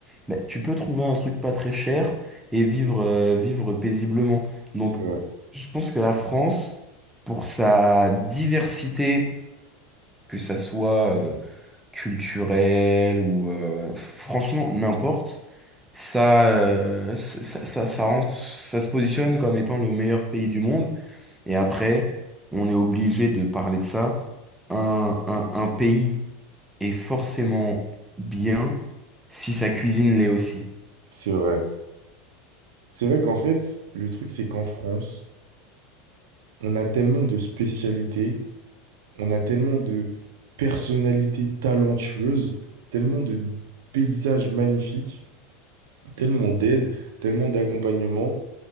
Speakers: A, in the centre; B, on the right.
A: Mais tu peux trouver un truc pas très cher et vivre, euh, vivre paisiblement. Donc
B: c'est vrai.
A: je pense que la France, pour sa diversité, que ça soit... euh, culturel ou euh, franchement n'importe ça, euh, ça ça ça rentre ça se positionne comme étant le meilleur pays du monde et après on est obligé de parler de ça un, un, un pays est forcément bien si sa cuisine l'est aussi
B: C'est vrai. C'est vrai qu'en fait, le truc, c'est qu'en France, On a tellement de spécialités, on a tellement de personnalités talentueuses, tellement de paysages magnifiques, tellement d'aide, tellement d'accompagnement,